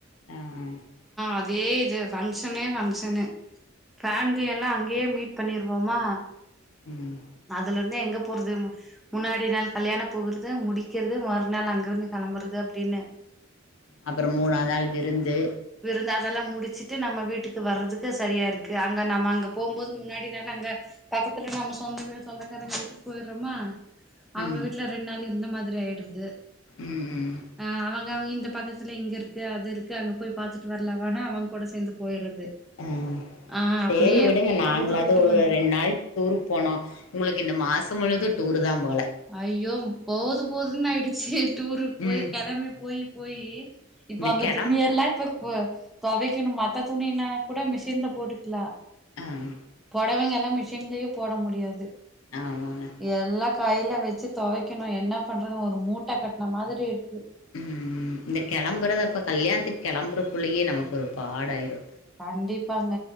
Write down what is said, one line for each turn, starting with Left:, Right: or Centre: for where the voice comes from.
Left: அ அ
Centre: அதே இது ஃபங்க்ஷனே ஃபங்க்ஷனு ஃபேமிலி எல்லா அங்கயே மீட் பண்ணிருவோமா
Left: ம்
Centre: அதுலருந்து எங்க போறது முன்னாடி நாள் கல்யாணோ போகுறது முடிக்கிறது மறுநாள் அங்கிருந்து கெளம்புறது அப்டின்னு
Left: அப்றோ மூணாது நாள் விருந்து
Centre: விருந்து அதெல்லா முடிச்சுட்டு நம்ம வீட்டுக்கு வர்றதுக்கு செரியா இருக்கு அங்க நம்ம அங்க போம்போது முன்னாடி நாள் அங்க பக்கத்துல நம்ம சொந்த வீடு சொந்தக்காரங்க வீட்டுக்கு போயிறோமா அவுங்க
Left: ம்
Centre: வீட்ல ரெண்டு நாள் இருந்த மாரி ஆயிறுது
Left: ம் ம்
Centre: அ அவுங்க இந்த பக்கத்துல இங்க இருக்கு அது இருக்கு அங்க போய் பாத்துட்டு வரலாவானா அவுங்க கூட சேந்து போயிறது
Left: ம்
Centre: ஆ
Left: சேரி
Centre: அப்டியே
Left: விடுங்க நாங்களாது
Centre: போயிட்டு போயிட்டு வந்ட்டோ
Left: ரெண் நாள் டூருக்கு போனோ உங்களுக்கு இந்த மாசோ முழுது டூரு தா போல
Centre: ஐயோ போதும் போதுன்னு ஆயிடுச்சு டூருக்கு போய்
Left: ம்
Centre: கெளம்பி போயி போயி இப்ப
Left: இந்த
Centre: அந்த
Left: கெளம்
Centre: துணி எல்லா இப்ப துவைக்கணு மத்த துணி என்னானா கூட மிஷின்ல போட்டுக்லா
Left: ஆஹ்
Centre: பொடவைங்கல்லா மிஷின்லயே போட முடியாது
Left: ஆமாங்க
Centre: எல்லா கையில வச்சு தொவைக்கணு என்ன பண்றது ஒரு மூட்ட கட்ன மாதிரி இருக்கு
Left: ம் இந்த கெளம்புறத அப்ப கல்யாணத்துக்கு கெளம்புறக்குள்ளயே நமக்கு ஒரு பாடாயிரு
Centre: கண்டிப்பாங்க